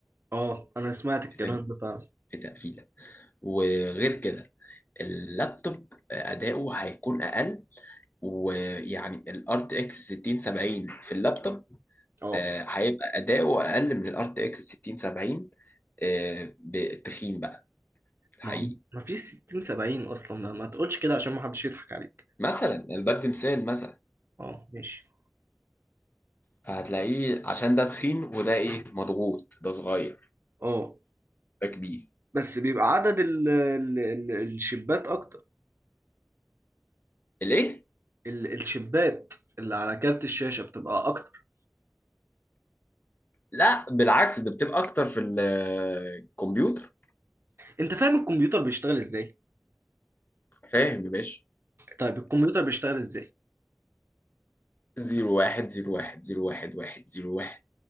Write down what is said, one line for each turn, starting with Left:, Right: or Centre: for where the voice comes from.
Right: اه انا سمعت الكلام
Left: في تج-
Right: ده فعلا
Left: في تقفيله وغير كده اللابتوب آه، اداؤه هيكون اقل ويعني الار تي اكس 6070 في اللابتوب
Right: اه
Left: آه، هيبقى اداؤه اقل من الار تي اكس 6070 آه، بالتخين بقى الحقيقي
Right: ما هو ما فيش 60 70 اصلا ما, ما تقولش كده عشان ما حدش يضحك عليك
Left: مثلا الباب تمثال مثلا
Right: اه ماشي
Left: فهتلاقيه عشان ده تخين وده ايه مضغوط ده صغير
Right: اه
Left: ده كبير
Right: بس بيبقى عدد ال ال ال الشبات اكتر
Left: الايه
Right: ال- الشبات اللي على كارت الشاشة بتبقى أكتر
Left: لا بالعكس ده بتبقى اكتر في الكمبيوتر
Right: أنت فاهم الكمبيوتر بيشتغل إزاي؟
Left: فاهم يا باشا
Right: طيب الكمبيوتر بيشتغل إزاي؟
Left: زيرو واحد زيرو واحد زيرو واحد واحد زيرو واحد